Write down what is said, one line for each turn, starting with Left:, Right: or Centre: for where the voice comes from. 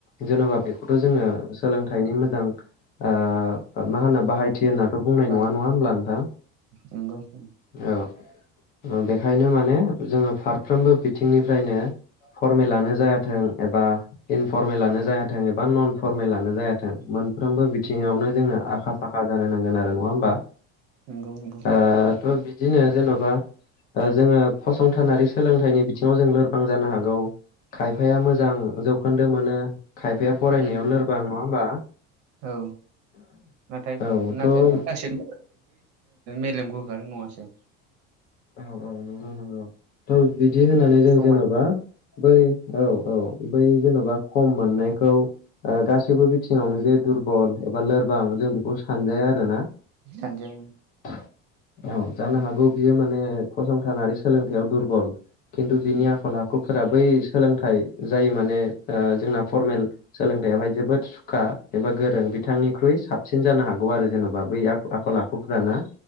Left: जेन'बा बेखौथ' जोङो सोलों बेनि मोजां आ मा होनना बाहायथि दि होननाथ' बुंनाय
Right: बाय
Left: नङा नङा होमब्ला नोंथां?
Right: नंगौ उम
Left: औ ओ बेखायनो माने जोङो फारफ्रोमबो बिथिंनिफ्रायनो फरमेलानो जायाथों एबा इनफरमेलानो जायाथों एबा नन फरमेलानो जायाथों थों मोनफ्रोमबो बिथिङावनो
Right: उम
Left: जोङो आखा फाखा जानो नांगोन आरो नङा होमबा?
Right: नंगौ नंगौ
Left: ओ थ' बिदिनो जेन'बा ओ जोङो फसंथानारि सोलोंथाइनि बिथिङाव जों लोरबां जानो हागौ खायफाया मोजां जौखोन्दो मोनो खायफाया फरायनायाव
Right: उम
Left: लोरबां नङा होमबा?
Right: औ नाथाय
Left: औ थ'
Right: नाथाय
Left: ओ
Right: गासिनबो मेलेमखौ होखारो नङासो
Left: औ नंगौ औ नंगौ थ' बिदि होननानै जों
Right: समान
Left: जेन'बा बै औ औ बै जेन'बा खम मोननायखौ ओ गासैबो बिथिङावनो जे दुरबल एबा लोरबां जों बेखौ सानजाया आरो ना
Right: सानजों
Left: <unintelligible> औ जानो हागौ बियो माने ओ फसंथानारि सोलोंथाइयाव दुरबल खिन्थु बिनि
Right: उम
Left: आखल आखु फोर बै सोलोंथाइ जाय माने जोंना फरमेल सोलोंथाइयावहाय जोबोद सुखा एबा गोरों बिथांनिख्रुइ साब साबसिन जानो हागौ आरो जेन'बा बै आखल आखुफ्राना।